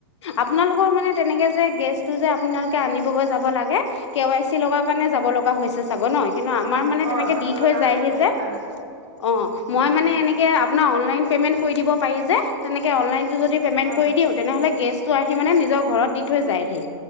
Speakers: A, on the left (about 85°); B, on the right (about 30°).
A: আপোনালোকৰ মানে তেনেকে যে, গেছ টো যে আপোনালোকে আনিবগৈ যাব লাগে কে ৱাই চি লগা কাৰণে যাব লগা হৈছে চাগ ন। কিন্তু আমাৰ মানে
B: অ'
A: তেনেকে
B: যাব
A: দি থৈ
B: লগা
A: যায়
B: হৈছে সেইটো
A: সি।
B: কাৰণে
A: অ মই
B: অ'
A: মানে এনেকে, আপোন অনলাইন প্ৰেমেট কৰি দিব পাৰি যে তেনেকে অনলাইন। যদি প্ৰমেট
B: হয় নেকি
A: কৰি দিওঁ তেনেহলে গেছ। টো আহি মানে নিজৰ ঘৰত দি থৈ যায়হি।